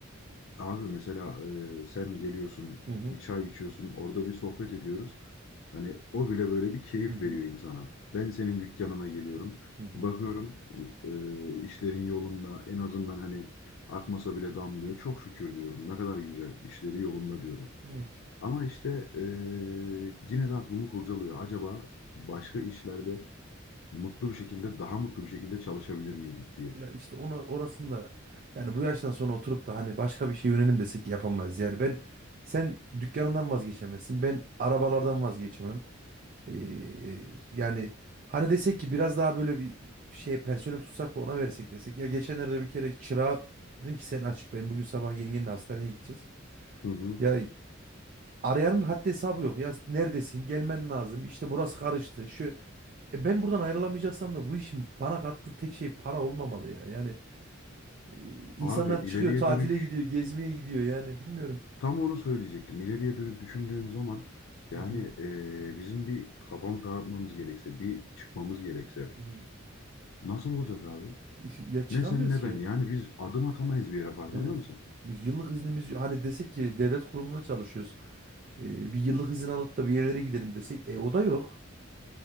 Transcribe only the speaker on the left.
Abi mesela e, sen geliyorsun
bir çay içiyorsun orada bir sohbet ediyoruz. Hani o bile böyle bir keyif
veriyor insana. Ben senin dükkanına geliyorum.
Bakıyorum e, işlerin yolunda en azından hani akmasa bile damlıyor. Çok şükür diyorum ne kadar güzel işleri yolunda diyorum.
Ama işte e, yine de aklımı kurcalıyor. Acaba başka işlerde mutlu bir şekilde, daha mutlu bir şekilde çalışabilir miydik diye.
Hı hı.
Abi ileriye
dönük
tam onu söyleyecektim. İleriye dönük düşündüğüm zaman yani
eee, bizim bir kafamı dağıtmamız gerekse, bir çıkmamız gerekse
nasıl olacak abi?
Ne sen ne
ben yani biz adım atamayız bir yere farkında
mısın?